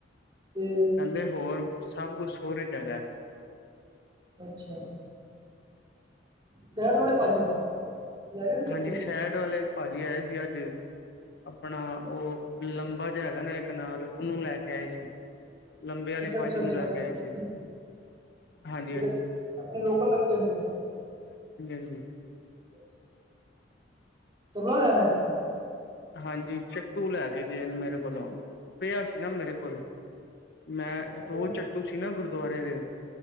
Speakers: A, on the right (about 25°); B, on the left (about 60°).
A: ਤੇ
B: ਕਹਿੰਦੇ ਹੋਰ ਸਭ ਕੁਛ ਹੋਰ ਜਗ੍ਹਾ
A: ਅੱਛਾ, ਸੈਡ ਵਾਲੇ ਭਾਜੀ। ਲੈ ਗਏ ਸੀ
B: ਹਾਂਜੀ,
A: ਚੱਟੂ?
B: ਸ਼ਹਿਡ ਵਾਲੇ ਭਾਜੀ ਆਏ ਸੀ ਅੱਜ ਆਪਣਾ ਉਹ ਲੰਬਾ ਜਿਹਾ ਹੈਗਾ, ਨਾ ਇਹ ਕਨਾਲ ਉਹਨੂੰ ਲੈ ਕੇ ਆਏ ਸੀ। ਲੰਬੇ ਆਲੇ
A: ਅੱਛਾ, ਅੱਛਾ,
B: ਭਾਜੀ
A: ਅੱਛਾ
B: ਨੂੰ ਲੈ
A: ਠੀਕ
B: ਕੇ ਆਏ
A: ਠੀਕ
B: ਸੀ। ਹਾਂਜੀ
A: ਜਿਹੜੇ
B: ਹਾਂਜੀ
A: ਆਪਣੇ ਲੋਕਲ ਲੱਗੇ ਨੇ ਜਿਹੜੇ
B: ਹੂੰ,
A: ਅੱਛਾ ਜੀ, ਤਬਲਾ ਕਿ ਲੈਣਾ ਸੀ।
B: ਹਾਂਜੀ, ਚਟੂ ਲੈ ਕੇ ਗਏ ਨੇ ਮੇਰੇ ਕੋਲੋਂ ਪਿਆ ਸੀ, ਨਾ ਮੇਰੇ ਕੋਲ ਮੈਂ
A: ਅੱਛਾ,
B: ਦੋ ਚੱਟੂ ਸੀ ਨਾ ਗੁਰਦੁਆਰੇ ਦੇ